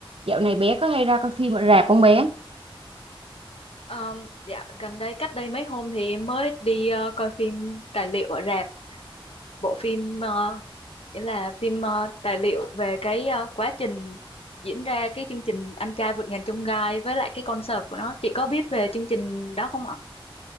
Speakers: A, on the right; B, on the left.
A: Dạo này bé có hay ra coi phim ở rạp không bé?
B: Ờ, dạ gần đây cách đây mấy hôm thì em mới đi ờ, coi phim tài liệu ở rạp bộ phim ờ, nghĩa là phim ờ, tài liệu về cái ờ, quá trình diễn ra cái chương trình Anh trai vượt ngàn chông gai với lại cái concert của nó chị có biết về chương trình đó không ạ